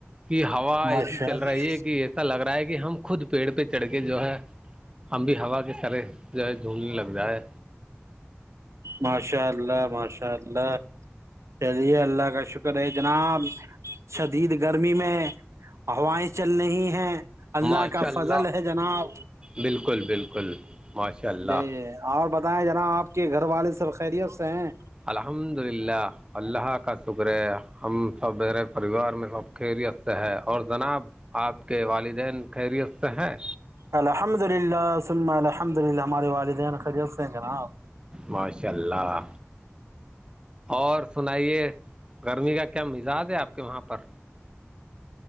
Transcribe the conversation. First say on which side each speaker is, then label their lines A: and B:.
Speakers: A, on the right; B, on the right.
A: کی ہوا ایسی
B: ماشاء
A: چل
B: اللہ
A: رہی ہے کہ ایسے ایسا لگ رہا ہے کہ ہم خود پیڑ پہ چڑھ کے جو ہے ہم بھی ہوا کے سرے جو ہے جھونڈنے لگتا ہے
B: ماشاء اللہ ماشاء اللہ چلیے اللہ کا شکر ہے جناب شدید گرمی میں ہوائیں چل رہی ہے اللہ
A: ماشاء
B: کا
A: اللہ
B: فضل ہے جناب
A: بالکل بالکل ماشاء اللہ
B: جی اور بتائیں جناب آپ کے گھر والے سب خیریت سے ہیں
A: الحمد للہ اللہ کا شکر ہے ہم سب میرے پریوار میں سب خیریت سے ہے اور جناب آپ کے والدین خیریت سے ہیں
B: الحمد للہ سن الحمد للہ ہمارے والدین خریت سے ہیں کیا ن آپ
A: ماشاء اللہ اور سنائیے گرمی کا کیا مزاج ہے آپ کے وہاں پر